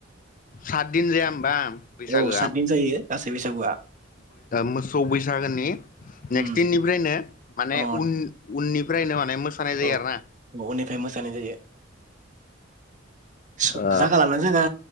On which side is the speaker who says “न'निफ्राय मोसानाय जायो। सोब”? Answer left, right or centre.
Right